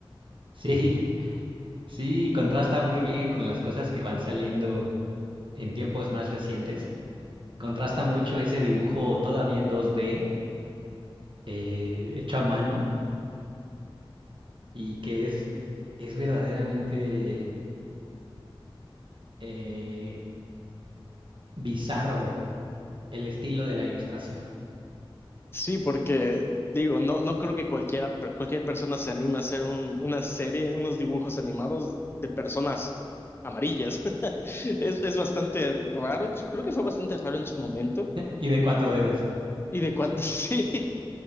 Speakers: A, on the right; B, on the left.
A: Sí, sí, contrasta muy bien con las cosas que van saliendo en tiempos más recientes. Contrasta mucho ese dibujo todavía en 2D, eh, hecho a mano, y que es, es verdaderamente eh, bizarro el estilo de la ilustración.
B: Sí, porque digo, no, no creo que cualquiera, cualquier persona se anime a hacer un- una serie, unos dibujos animados de personas amarillas. <laughs> Es, es bastante raro, en su- creo que fue bastante raro en su momento.
A: Y de cuatro dedos,
B: Y de cuánto, <laughs> sí.